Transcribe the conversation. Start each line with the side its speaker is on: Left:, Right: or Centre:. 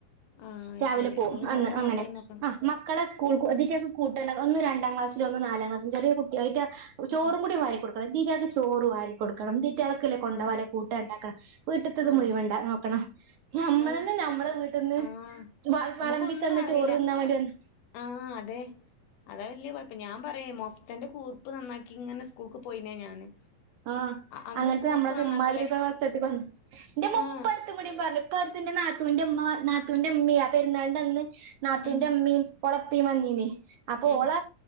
Left: ആഹ്
Right: രാവിലെ
Left: ശരി
Right: പോവും
Left: അപ്പൊ പിന്നെ
Right: അന്ന്
Left: ഓരോ
Right: അങ്ങനെ
Left: മക്കളേം നോക്കണം
Right: ആഹ് മക്കളെ സ്‌കൂളക്ക് ഇതിൻ്റെ കൂട്ടണ്ട ഒന്ന് രണ്ടാംക്ലാസ്സിലും ഒന്ന് നാലാം ക്ലാസിലും ചെറിയ കുട്ടി അയ്റ്റ ചോറും
Left: ഉം
Right: കൂടി വാരി കൊടുക്കണം തീറ്റാക്ക് ചോറ് വാരി കൊടുക്കണം തീ റ്റങ്ങൾക്ക്ള്ള കൊണ്ടവാള്ള
Left: ആഹ്
Right: കൂട്ടാൻ ഇണ്ടാക്കണം വീട്ടിത്തത്
Left: ആഹ്
Right: മുഴുവൻ നോക്കണം ഞമ്മളന്നെ
Left: അത്
Right: ഞമ്മള വീ ട്ട്ന്ന്
Left: ആഹ്
Right: വെ വെളമ്പി
Left: നമുക്കൊന്നും
Right: തന്നാ
Left: അറിയില്ല
Right: ചോറുണ്ണാൻ വേണ്ടി വന്ന്
Left: ആഹ് അതെ അതാ വല്ല്യ കൊഴപ്പം ഞാൻ പറയും മൊഫതന്റെ കൂർപ്പ് നന്നാക്കി ഇങ്ങനെ സ് കൂൾക്ക് പോയിനെ ഞാന്
Right: ആഹ്
Left: അന്നൊരു
Right: അങ്ങനത്തെ
Left: കൂർപ്പ്
Right: നമ്മളക്കെ
Left: നന്നാക്കലേ
Right: ഇമാതിരിക്കള്ള സ്ഥലത്തിക്ക് വന്ന് ൻ്റെ ഉമ്മ
Left: ആഹ്
Right: പ്പടു ത്ത്കൂടി പറഞ്ഞ് ഇപ്പൊ അടുത്ത്ൻ്റെ നാത്തൂന്റെ ഉമ്മ വ നാത്തൂന്റെ ഉമ്മ്യ പെരുന്നാളിന്റെ അന്ന് നാത്തൂന്റെ
Left: ഉം
Right: ഉമ്മിം ഓള ഉപ്പിം വന്നിനിം അപ്പൊ
Left: ഉം
Right: ഓള